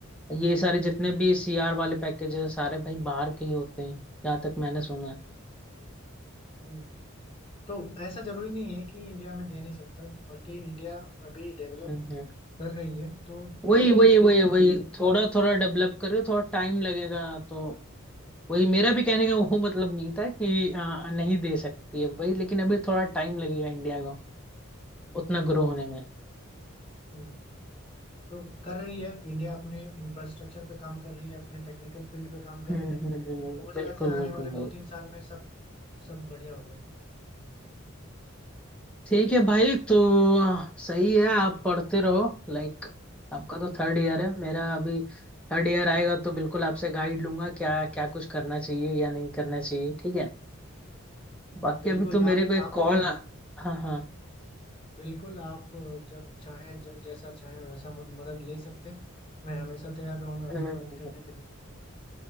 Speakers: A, in the centre; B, on the left (about 25°).
A: ये सारे जितने भी सीआर वाले पैकेज हैं सारे भाई बाहर के ही होते हैं जहाँ तक मैंने सुना है
B: है। हम्म, तो ऐसा जरूरी नहीं है कि इंडिया में दे नहीं सकता बाकी इंडिया अभी डेवलप
A: हम्म हम्म।
B: कर रही है तो मुझे
A: वही
B: लगता
A: वही
B: है
A: वही वही थोड़ा थोड़ा डेवलप करें थोड़ा टाइम लगेगा तो वही मेरा भी कहने का वो <laughs> मतलब नहीं था कि आ, नहीं दे सकती है भाई लेकिन अभी थोड़ा टाइम लगेगा इंडिया को उतना ग्रो होने में
B: हम्म, तो कर रही है इंडिया अपने इंफ्रास्ट्रक्चर पे काम कर रही है अपने टेक्निकल फील्ड पे काम
A: हम्म
B: कर रही है
A: हम्म हम्म,
B: तो मुझे
A: बिल्कुल
B: लगता है आने
A: बिल्कुल
B: वाले
A: भाई
B: दो तीन साल में सब सब बढ़िया हो जाएगा
A: ठीक है भाई तो सही है आप पढ़ते रहो लाइक आपका तो थर्ड ईयर है मेरा अभी थर्ड ईयर आएगा तो बिल्कुल आपसे गाइड लूंगा क्या क्या कुछ करना चाहिए या नहीं करना चाहिए ठीक है बाकी
B: बिल्कुल
A: अभी तो मेरे
B: आप
A: को एक
B: आप
A: कॉल आ हाँ हाँ
B: बिल्कुल आप अ, जब चाहें जब जैसा चाहें वैसा मद- मदद ले सकते हैं मैं हमेशा तैयार रहूंगा
A: हम्म।
B: आपको मदद करने के लिए